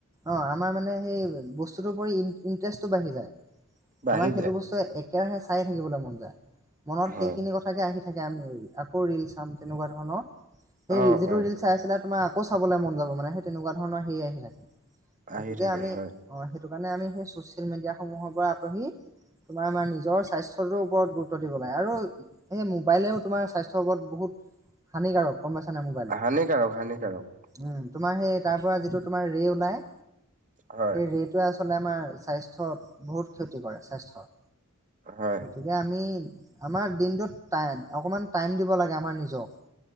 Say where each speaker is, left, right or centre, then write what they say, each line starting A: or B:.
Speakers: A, on the right (about 15°); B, on the right (about 35°).
A: অ' আমাৰ মানে সেই বস্তুটোৰ প্ৰতি ইণ্টাৰেষ্টটো বাঢ়ি যায়,
B: বাঢ়ি
A: আমাৰ সেইটো
B: যায়
A: বস্ত একেৰাহে চাই থাকিবলৈ মন যায়, মনত
B: হয়
A: সেইখিনি কথা। থাকে আহি থাকে আমি আকৌ ৰিল চাম তেনেকুৱা ধৰণৰ সেই
B: অ
A: যিটো
B: অ
A: ৰিল চাই আছিলা তোমাৰ। আকৌ চাবলৈ মন যাবানে সেই তেনেকা ধৰণৰ হেৰি আহি থাকে।
B: আহি
A: গতিকে
B: থাকে
A: আমি
B: হয়
A: অ' সেইটো কাৰণে আমি সেই চচিয়েল মিডিয়াস সমূহৰ পৰা আঁতহি। তোমাৰ আমাৰ নিজৰ স্বাস্থ্যটোৰ ওপৰত গুৰুত্ব দিব লাগে আৰু সেই মোবাইলেও। তোমাৰ স্বাস্থ্যৰ ওপৰত বহুত হানিকাৰক। গ'ম পাইছানে নাই মোবাইল।
B: হানিকাৰক, হানিকাৰক।
A: উম, তোমাৰ সেই তাৰ পৰা যিটো তোমাৰ ৰে ওলাই।
B: হয়
A: এই ৰেটোৱে আচলতে আমাৰ স্বাস্থ্যত বহুত ক্ষতি কৰে স্বাস্থ্যৰ
B: হয়
A: গতিকে আমি আমাৰ দিনটোত অকণমান টাইম দিব লাগে আমাৰ নিজক